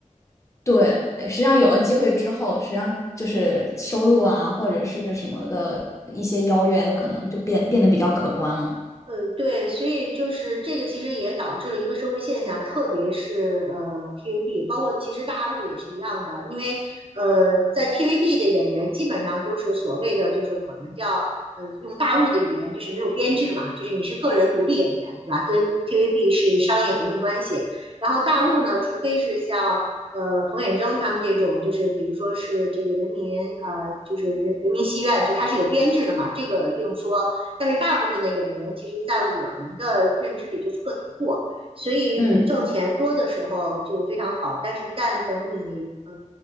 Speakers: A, on the left; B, on the right.
A: 对，实际上有了机会之后，实际上就是收入啊，或者是什么的一些邀约啊，都可能就变变得比较可观了。
B: 呃，对，所以就是这个，其实也导致了一个社会现象，特别是呃 TVB，包括其实大陆也是一样的，因为呃在 TVB 的演员基本上都是所谓的就是我们叫呃用大陆的语言就是没有编制嘛，就是你是个人独立演员，对吧？跟 TVB 是商业合同关系。然后大陆呢，除非是像呃冯远征他们这种，就是比如说是这个人民呃就是人人民戏院，就他是有编制的嘛，这个另说。但是大部分的演员，其实在我们的认知里就是个体户，所以你挣钱多的时候就非常好，
A: 嗯。
B: 但是一旦等你呃